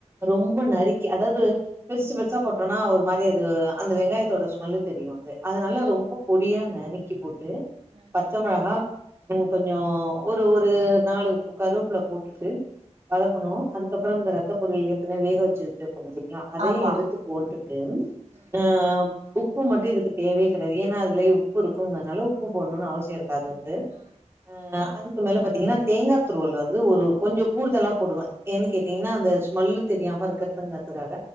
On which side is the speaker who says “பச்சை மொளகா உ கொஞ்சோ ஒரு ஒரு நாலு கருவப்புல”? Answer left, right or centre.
Right